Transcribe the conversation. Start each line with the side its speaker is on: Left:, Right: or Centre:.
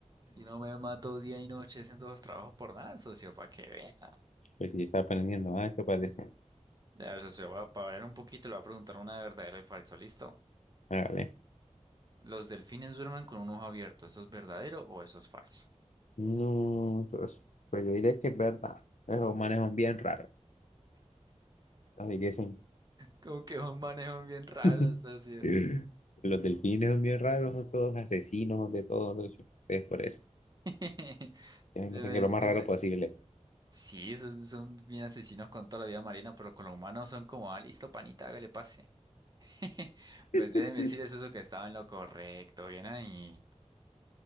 Right: Yo no me mato día y noche haciendo los trabajos por nada, socio, para que vean.
Left: Pues sí, está aprendiendo más, eso parece.
Right: Ya, socio, va- para variar un poquito, le voy a preguntar una de verdadero y falso, ¿listo?
Left: Hágale.
Right: ¿Los delfines duermen con un ojo abierto? ¿Eso es verdadero o eso es falso?
Left: No, pues, Pues yo diré que es verdad. Esos manes son bien raros. Así que son.
Right: Como que un manejan bien raro,
Left: <laughs>
Right: socio.
Left: Los delfines son bien raros, son todos asesinos, son de todos. Es por eso.
Right: <laughs>
Left: Tienen
Right: Debe
Left: que ser
Right: decirle.
Left: lo más raro posible.
Right: Sí, son, son bien asesinos con toda la vida marina, pero con los humanos son como, ah, listo, panita, que le pase. <laughs> Pues
Left: <laughs>
Right: deben decir eso, eso que estaba en lo correcto, bien ahí.